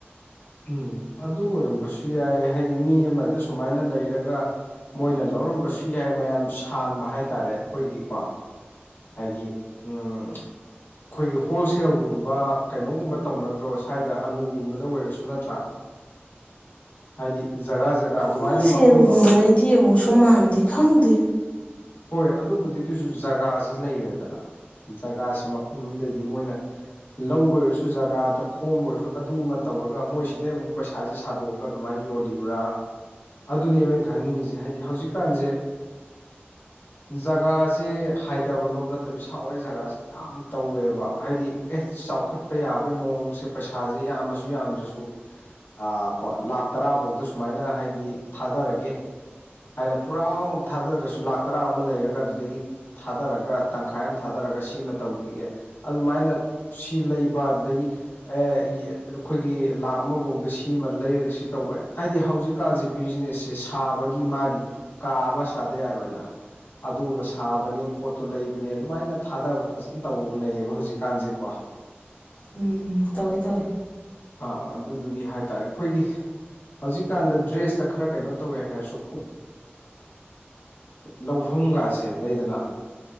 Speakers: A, on the left; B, on the left.
A: ꯎꯝ ꯑꯗꯨ ꯑꯣꯏꯔꯝꯕꯁꯨ ꯌꯥꯏ ꯍꯥꯏꯗꯤ ꯃꯤ ꯑꯃꯗ ꯁꯨꯃꯥꯏꯅ ꯂꯩꯔꯒ ꯃꯣꯏꯅ ꯂꯧꯔꯝꯕꯁꯨ ꯌꯥꯏ ꯃꯌꯥꯝ ꯁꯥꯟꯕ ꯍꯥꯏꯇꯥꯔꯦ ꯑꯩꯈꯣꯏꯒꯤꯀꯣ ꯍꯥꯏꯗꯤ ꯎꯝ ꯑꯩꯈꯣꯏꯒꯤ ꯍꯣꯜꯁꯦꯜꯒꯨꯝꯕ ꯀꯩꯅꯣꯒꯨꯝꯕ ꯇꯧꯅꯗ꯭ꯔꯣ ꯁ꯭ꯋꯥꯏꯗ ꯑꯂꯨꯒꯨꯝꯕꯗ ꯑꯣꯏꯔꯁꯨ ꯅꯠꯇ꯭ꯔꯥ ꯍꯥꯏꯗꯤ ꯖꯒꯥ ꯖꯒꯥ ꯑꯗꯨꯃꯥꯏꯅ
B: ꯍꯣꯜꯁꯦꯜꯒꯨꯝꯕꯗꯩꯗꯤ
A: ꯃꯐꯝ
B: ꯑꯃꯨꯛꯁꯨ ꯃꯥꯟꯗꯦ ꯈꯪꯗꯦ
A: ꯍꯣꯏ ꯑꯗꯨꯕꯨꯗꯤ ꯑꯗꯨꯁꯨ ꯖꯒꯥꯁꯤ ꯂꯩꯔꯦꯗꯅ ꯖꯒꯥꯁꯦ ꯃꯐꯝ ꯑꯗꯩꯗꯤ ꯃꯣꯏꯅ ꯂꯧꯕꯩ ꯑꯣꯏꯔꯁꯨ ꯖꯒꯥꯗ ꯈꯣꯝꯕ ꯑꯣꯏꯔꯁꯨ ꯑꯗꯨ ꯑꯃ ꯇꯧꯔꯒ ꯃꯣꯏ ꯁꯤꯗꯩ ꯑꯃꯨꯛ ꯄꯩꯁꯥꯁꯦ ꯁꯥꯗꯣꯛꯑꯒ ꯑꯗꯨꯃꯥꯏꯅ ꯌꯣꯜꯂꯤꯕ꯭ꯔꯥ ꯑꯗꯨꯅꯦꯕ ꯑꯩꯅ ꯈꯪꯅꯤꯡꯉꯤꯁꯦ ꯍꯥꯏꯗꯤ ꯍꯧꯖꯤꯛꯀꯥꯟꯁꯦ ꯖꯒꯥꯁꯦ ꯍꯥꯏꯗꯕ ꯂꯣꯝ ꯅꯠꯇꯕꯤ ꯁꯥꯋꯥꯏ ꯖꯒꯥꯁꯦ ꯌꯥꯝ ꯇꯧꯋꯦꯕ ꯍꯥꯏꯗꯤ ꯑꯦ ꯆꯥꯎꯈꯠꯄ ꯌꯥꯕꯒꯤ ꯃꯑꯣꯡꯁꯦ ꯄꯩꯁꯥꯁꯦ ꯌꯥꯝꯃꯁꯨ ꯌꯥꯝꯗ꯭ꯔꯁꯨ ꯑꯥ ꯀꯣ ꯂꯥꯛ ꯇꯔꯥꯐꯧꯗ ꯁꯨꯃꯥꯏꯅ ꯍꯥꯏꯗꯤ ꯊꯥꯗꯔꯒꯦ ꯍꯥꯏꯅ ꯄꯨꯔꯥ ꯑꯃꯨꯛ ꯊꯥꯗꯗ꯭ꯔꯁꯨ ꯂꯥꯛ ꯇꯔꯥ ꯑꯃ ꯂꯩꯔꯒ ꯑꯗꯨꯗꯒꯤ ꯊꯥꯗꯔꯒ ꯇꯪꯈꯥꯏ ꯑꯃ ꯊꯥꯗꯔꯒ ꯁꯤꯃ ꯇꯧꯈꯤꯒꯦ ꯑꯗꯨꯃꯥꯏꯅ ꯁꯤ ꯂꯩꯕ ꯑꯗꯨꯗꯒꯤ ꯑꯦ ꯑꯩꯈꯣꯏꯒꯤ ꯂꯥꯛ ꯑꯃꯐꯥꯎꯗ ꯁꯤꯃ ꯂꯩꯔꯒ ꯁꯤ ꯇꯧꯕ ꯍꯥꯏꯗꯤ ꯍꯧꯖꯤꯛ ꯍꯧꯖꯤꯛ ꯀꯥꯟꯁꯦ ꯕꯤꯖꯤꯅꯦꯁꯁꯦ ꯁꯥꯕꯒꯤ ꯃꯥꯒꯤ ꯀꯥ ꯑꯃ ꯁꯥꯗ ꯌꯥꯔꯣꯏꯅ ꯑꯗꯨꯒꯨꯝꯕ ꯁꯥꯕꯅꯦ ꯄꯣꯠꯇꯣ ꯂꯩꯕꯅꯦ ꯑꯗꯨꯃꯥꯏꯅ ꯊꯥꯗꯕ ꯐꯖꯅ ꯇꯧꯅꯩꯑꯌꯦꯕ ꯍꯧꯖꯤꯛꯀꯥꯟꯁꯦꯀꯣ
B: ꯎꯝ ꯇꯧꯋꯦ ꯇꯧꯋꯦ
A: ꯑꯥ ꯑꯗꯨꯗꯨꯒꯤ ꯍꯥꯏꯇꯥꯔꯦ ꯑꯩꯈꯣꯏꯒꯤ ꯍꯧꯖꯤꯛꯀꯥꯟꯗ ꯗ꯭ꯔꯦꯁꯇ ꯈꯔ ꯀꯩꯅꯣ ꯇꯧꯋꯦ ꯍꯥꯏꯔꯁꯨ ꯂꯧꯐꯝꯒꯥꯁꯦ ꯂꯩꯗꯅ